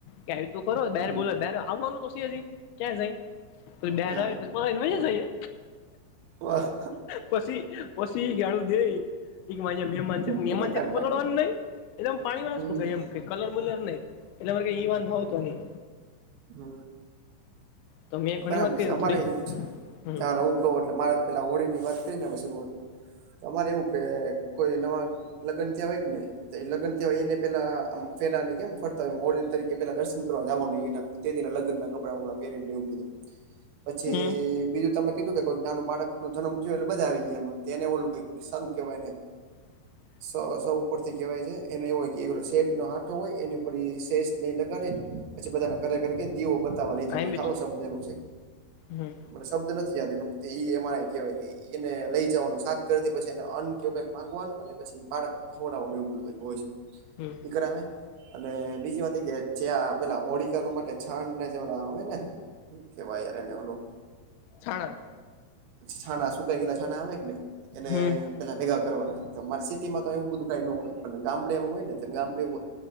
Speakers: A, on the left (about 85°); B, on the right (about 80°).
A: જ કે તો કરો
B: હમ
A: બોલો આવવાનું તો ક્યાં સાઈ ત બાર
B: હા
A: આવેને પલાને મજા જઈએ
B: વાહ
A: પશી પછી કેળ દે મન છે મહેમાન
B: ભૂકા
A: છે
B: કાઢ
A: પલળવાનું
B: નાખે
A: નહિ એમ પાણી વાળ
B: હમ
A: એમ ક કલર બલર નહી એટલે મારે ઈ વાન હોવ તો નહીઈ
B: હ
A: તો મેં ઘણી
B: બરાબર
A: વાત કરી
B: છે અમારે
A: તો થોડીક
B: એવું છે
A: હમ
B: <unintelligible> હું લે મારે પેલા હોળી ની વાત કરી શુરૂઆત મા તો અમારે એવું કે કોઈ નવા લગ્નન થિયા હોય ને લગ્ન થવાય એને પેલા ફેલાની કેમ ફરતા હોય હોળી તરીકે પેલા દર્શન કરવા જવાનું ન એ તે તેના લગ્નન ના કપડા પહેરીને એવુ બધું પછી
A: હમ
B: બીજું તમે કીધું કે કોઈક નાનું બાળકનો જન્મ થયો એટલે બધા આવી ગયા એમાં એને ઓલું સારૂ કહેવાય ને
A: <inaudible>
B: સ સ ઉપર થી કેહેવાય છે એને એ હોય કે શેરડી નો હાઠો હોય એની ઉપ શેષ નહી લગળે પછી બધાના ઘરે ઘરે દીવો બતાવવા લે જ
A: આઈ એમ બેઠી
B: હારો શબ્દ એ છે
A: હમ
B: મને શબ્દ નથી યાદ એનો ઈ એમાં કેવા ઈ લઈ જવાનું સાત કરતી પછી એને અન્ન કેવું કઈક માંગવાનું અને પછી બાળક ખવડવાનું એવું બધું હોય છે
A: હમ્મ
B: <unintelligible> બીજી વાત કે જે પેલા ઓળકા માટે છાંણને જે આવે ને હુ કેવાય યાર એ ને ઓલુ
A: છાણા
B: છાના શું કાંઈ ગેલા છાના આવે કે ને એને
A: હમ
B: પેલા ભેગ કરવાનારે સિટીમાં એવું બધું કઈ ન હોય ગામડમાં હોય ને ગામ હોય